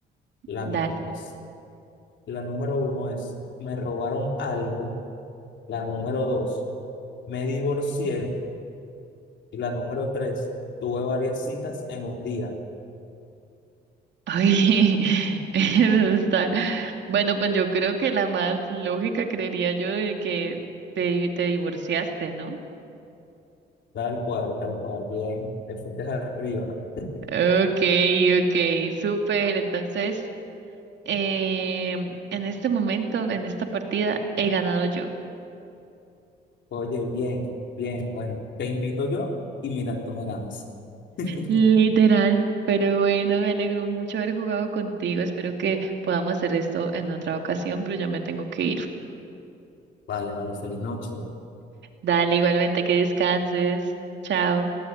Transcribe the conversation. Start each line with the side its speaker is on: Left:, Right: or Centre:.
Left: la
Right: Dale.
Left: mía, pues. La número uno es, me robaron algo. La número dos, me divorcié. Y la número tres, tuve varias citas en un día.
Right: Ay, <laughs> eso está. Bueno, pues yo creo que la más lógica creería yo de que te, te divorciaste, ¿no?
Left: Tal cual, tal cual. Bien, te fuiste arriba. <laughs>
Right: Okay, okay, súper. Entonces, eh, en este momento, en esta partida, he ganado yo.
Left: Oye, bien, bien. Bueno, te invito yo y mira, tú me ganas. <laughs>
Right: Literal. Pero bueno, me alegro mucho haber jugado contigo. Espero que podamos hacer esto en otra ocasión, pero ya me tengo que ir.
Left: Vale, vale, feliz noche.
Right: Dale, igualmente que descanses. Chao.